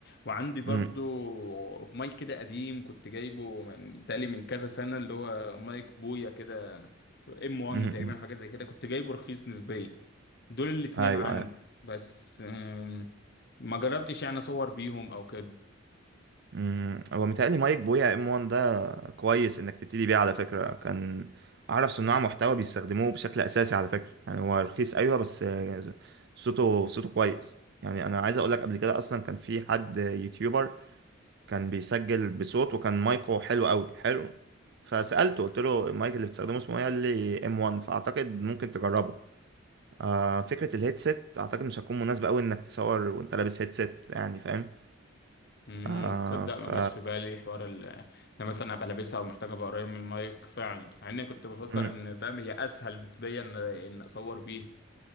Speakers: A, on the left; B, on the right.
A: وعندي برضو
B: مم.
A: مايك كده قديم كنت جايبه من تقريبا من كذا سنه اللي هو مايك بويا كده ام 1
B: مم.
A: تقريبا
B: مم.
A: حاجه زي كده كنت جايبه رخيص نسبيا دول الاتنين
B: ايوه
A: عندي
B: ايوه
A: بس آم، ما جربتش يعني اصور بيهم او كده
B: مم. هو متهيألي مايك بويا ام 1 ده كويس انك تبتدي بيه على فكرة كان اعرف صناع محتوى بيستخدموه بشكل اساسي على فكرة يعني هو رخيص ايوه بس صوته صوته كويس يعني انا عايز اقول لك قبل كده اصلا كان في حد يوتيوبر كان بيسجل بصوت وكان مايكو حلو قوي حلو فسألته قلت له المايك اللي بتستخدمه اسمه ايه قال لي ام 1 فاعتقد ممكن تجربه آه فكرة الهيدسيت اعتقد مش هتكون مناسبة قوي انك تصور وانت لابس هيدسيت يعني فاهم
A: امم
B: آه
A: تصدق
B: ف
A: ما جاش في بالي حوار ال انا مثلا ابقى لابسها او محتاج ابقى قريب من المايك فعلا مع اني كنت بفكر
B: مم،
A: ان فاهم هي اسهل نسبيا ان إن اصور بيه